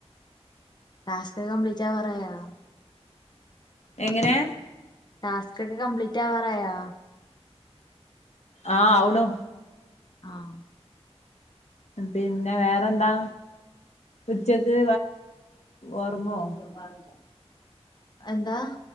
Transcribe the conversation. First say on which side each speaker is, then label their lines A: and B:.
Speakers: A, on the left; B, on the left.
A: ടാസ്ക്കൊക്കെ കംബ്ലീറ്റ് ആവാറായോ
B: എങ്ങനെ
A: ടാസ്ക്കൊക്കെ കബീറ്റ് ആവാറായോ
B: ആഹ് ആവണു
A: ആഹ്
B: പിന്നെ വേറെന്താ ഉച്ചക്ക് ഒറങ്ങോ
A: <inaudible> എന്താ